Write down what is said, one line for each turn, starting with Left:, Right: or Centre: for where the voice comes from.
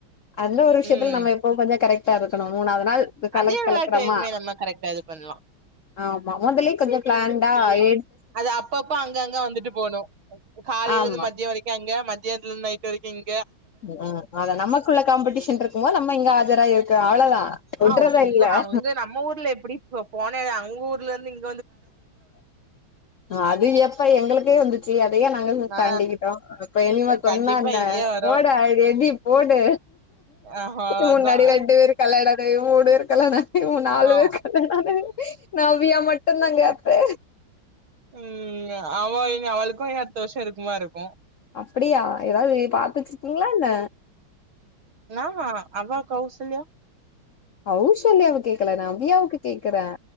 Left: அந்த ஒரு விஷ்யத்துல
Right: ம்.
Left: நம்ம எப்பவு கொஞ்ச கரெக்ட் டா இருக்கணு மூணாவது நாள் கலக்
Right: அது எல்லா
Left: கலக்குறமா
Right: டைமுமே நம்ம கரெக்டா இது பண்லா
Left: ஆமா மொதல்லயே கொஞ்சோ பிளாண்டா எ
Right: அது அப்பப்போ அங்க அங்க வந்துட்டு போகணு காலைல
Left: ஆமா
Right: இர்ந்து மத்யோ வரைக்கு அங்க மத்யானத்திலிர்ந்து நைட்டு வரைக்கு இங்
Left: ம் ம் அதா‌ நமக்குள்ள காம்படிஷன்ருக்கும்மோ நம்ம இங்க ஆஜராயிருக்கனு அவ்ளதா
Right: ஆ
Left: உட்றதா
Right: உங்க
Left: இல்ல
Right: அங்க நம்ம ஊர்ல எப்புடி போன அங் ஊர்லந்து இங்
Left: அது எப்ப எங்களுக்கே வந்துச்சு அ தயே நாங்க
Right: ஆ
Left: தாண்டிக்கிட்டோ இப்ப என்ன சொன்னா
Right: கண்டிப்பா
Left: என்ன
Right: இங்கேயும் வரும்.
Left: போடு அ ரெடி போடு
Right: ஆ அவ்ளோதான்.
Left: முன்னாடி ரெண்டு பேரு கல்யாண டையோடு இருக்கலானா இவுங் நாலு
Right: ஆ
Left: வேர்க்கு கல்யாண ஆன நவ்யா மட் டு நாங்கேப்பே
Right: ம் ஆமா இனி அவளுக்கு இ அட்த்த வர்ஷ இருக்குமா இருக்கு
Left: அப்புடியா எதாவுது பாத்து வச்சிருக்கீங்களா என்ன
Right: நா ஹா அவ கௌசல்யா
Left: கௌசல்யாவ கேக்கல நா அவ்வியாவுக்கு கேக்குறே